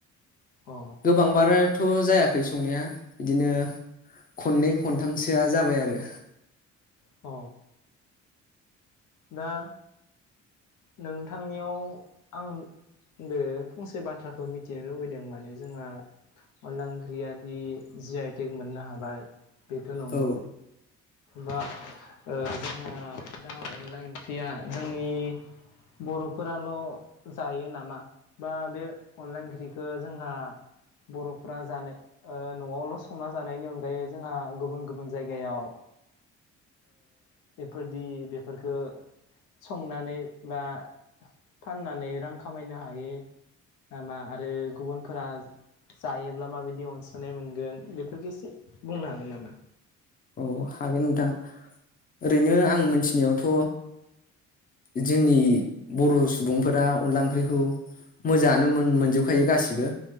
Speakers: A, on the left (about 85°); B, on the left (about 30°).
A: अ
B: गोबांआनो थ' जायाखै संनाया इदिनो खननै खनथामसोआ जाबाय आरो
A: अ दा नोंथांनियाव आं बे फंसे बाथ्राखौ मिथिनो लुुबैदों माने जोंहा अनला ओंख्रिया दि जि आइ टेक मोननो हाबाय बेथ' नंगौ
B: औ
A: बा ओ जोंहा दा अनला ओंख्रिया जोंनि बर'फोराल' जायो नामा बा बे अनला ओंख्रिखौ जोंहा बर'फोरा जानाय ओ न'आवल' संना जानायनि अनगायै जोंहा गुबुन गुबुन जायगायाव ओ इफोरदि बेफोरखौ संनानै बा फाननानै रां खामायनो हायो नामा? आरो गुबुनफोरा जायोब्ला माबायदि अनसायनाय मोनगोन बेफोरफोरखौसो बुंनो हागोन नामा?
B: औ हागोन नोंथां ओरैनो आं मिथिनायावथ' जोंनि बर' सुबुंफोरा अनला ओंख्रिखौ मोजाङानो मोन-मोनजोबखायो गासिबो